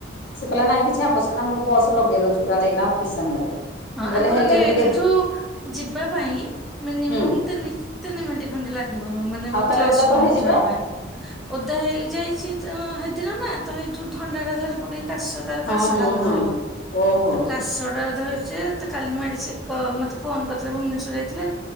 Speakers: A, on the left; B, in the centre.
A: ସିଏ କଇଲା ନାହିଁ କିଛି ଆବଶ୍ୟକ ନାଇଁ ମୋ ବସ୍ ଲଗେଇ ଦଉଚି ପୁରା ନେଇକିନା ଅଫିସ୍ ସାମ୍ନାରେ।
B: ହଁ
A: ମୁଁ କହିଲି
B: ଆଙ୍କର
A: ହେଲେ
B: ଗେଟେଠୁ
A: ବି ଟିକେ
B: ଯିବା ପାଇଁ ମିନିମମ୍
A: ହୁଁ
B: ତିନି ଚି ତିନି ମିଣ୍ଟି ଖଣ୍ଡେ ଲାଗ୍ ଯିବୁନୁ ମାନେ
A: ଆଉ
B: ମୁଁ
A: ତାହେଲେ
B: କ୍ଲାସ୍
A: ଓଦା ତ
B: ରୁମକୁୁ
A: ହେଇଯିବେ
B: ଯିବା ପାଇଁ। ଓଦା ହେଇଯାଇଛି ତ ହେଦିନ ନା ତ ଏଇ ଯୋଉ ଥଣ୍ଡାଟା ଧରି ପକେଇ କାଶ ତାର
A: ହଁ
B: କାଶଟାକୁ
A: ହଁ ହଁ
B: ଧରିବ
A: ଓହୋ
B: ତ କାଶଟା ଧରି ଚି ତ କାଲି ମାଡିଚି କ ମତେ ଫୋନ୍ କରିଥିଲା ଭୁବନେଶ୍ଵର ଯାଇଥିଲା।